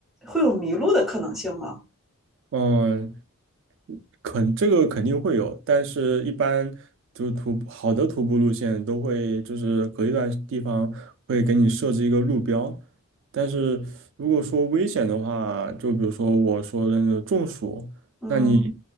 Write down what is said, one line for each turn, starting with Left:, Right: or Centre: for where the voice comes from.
Centre: 会有迷路的可能性吗？
Right: 嗯，肯这个肯定会有，但是一般就是徒步好的徒步路线都会就是隔一段地方会给你设置一个路标，但是如果说危险的话，就比如说我说的那个中暑，
Centre: 嗯
Right: 那你